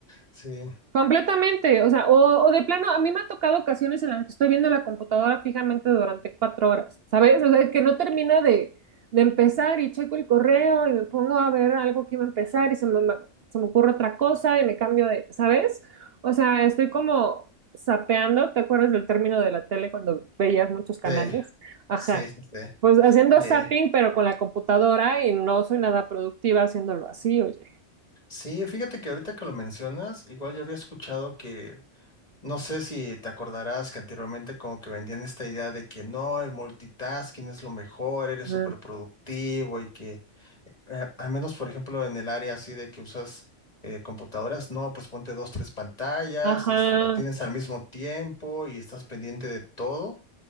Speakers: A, on the left; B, on the right.
A: sí,
B: Completamente, o sea, o, o de plano, a mí me ha tocado ocasiones en las que estoy viendo la computadora fijamente durante cuatro horas, ¿sabes? O sea, que no termina de, de empezar y checo el correo y me pongo a ver algo que iba a empezar y se me, se me ocurre otra cosa y me cambio de, ¿sabes? O sea, estoy como sapeando, ¿te acuerdas del término de la tele cuando veías muchos canales?
A: sí,
B: Ajá,
A: sí, sí, sí.
B: pues haciendo
A: eh,
B: zapping pero con la computadora y no soy nada productiva haciéndolo así, oye.
A: sí, fíjate que ahorita que lo mencionas, igual yo había escuchado que No sé si te acordarás que anteriormente como que vendían esta idea de que no, el multitasking es lo mejor, eres
B: Mm.
A: súper productivo y que eh, eh, al menos por ejemplo en el área así de que usas eh, computadoras, no, pues ponte dos, tres pantallas,
B: Ajá.
A: este, lo tienes al mismo tiempo y estás pendiente de todo.